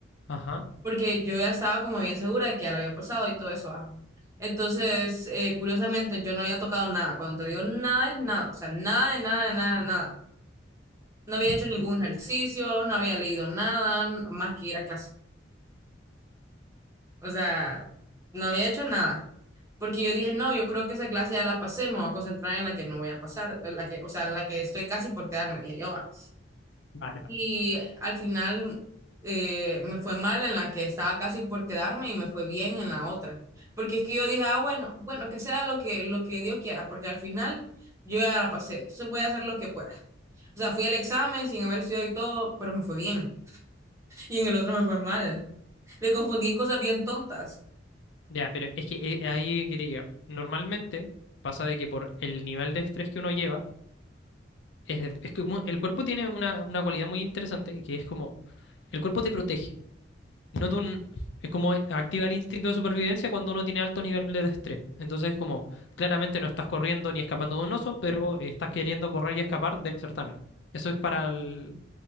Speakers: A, on the left (about 70°); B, on the right (about 15°).
A: ajá.
B: porque yo ya estaba como bien segura de que ya la había pasado y todo eso va. Entonces, eh, curiosamente, yo no había tocado nada. Cuando te digo nada es nada, o sea, nada de nada, de nada, de nada. No había
A: mm,
B: hecho ningún ejercicio, no había leído nada n- más que ir a clase. O sea, no había hecho nada. Porque yo dije, no, yo creo que esa clase ya la pasé, me voy a concentrar en la que no voy a pasar, en la que, o sea, en la que estoy casi por quedarme, dije yo, va.
A: vale, vale.
B: Y al final eh, me fue mal en la que estaba casi por quedarme y me fue bien en la otra. Porque es que yo dije, ah, bueno, bueno, que sea lo que, lo que Dios quiera, porque al final yo ya la pasé, entonces voy a hacer lo que pueda. O sea, fui al examen sin haber estudiado y todo, pero me fue bien. <laughs> Y en el otro me fue mal. Me confundí en cosas bien tontas.
A: Ya, pero es que eh, ahí quería llegar. Normalmente pasa de que por el nivel de estrés que uno lleva, es, es que mu- el cuerpo tiene una, una cualidad muy interesante que es como el cuerpo te protege. no de un, es como activa el instinto de supervivencia cuando uno tiene altos niveles de estrés. Entonces es como, claramente no estás corriendo ni escapando de un oso, pero estás queriendo correr y escapar del certamen. Eso es para el,